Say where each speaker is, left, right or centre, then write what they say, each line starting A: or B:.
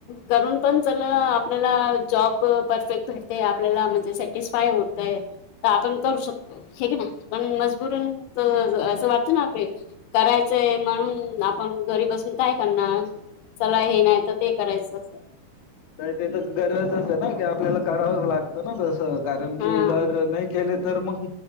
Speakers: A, on the left (about 80°); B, on the left (about 60°).
A: करून पण चल आपल्याला जॉब परफेक्ट भेटते, आपल्याला म्हणजे सेक हे स्पायय होतय, तर आपण करू शकतो हे ना पण मजबूरीन असं वाट तर राहते, करायचंय म्हणून आपण घरी बसून काय करणार? चला हे नाही तर ते करायचं.
B: नाही ते तर गरजच आहे ना की आपल्याला करावंच लागतं ना, तसं कारण
A: हा
B: की जर नाही केले तर मग,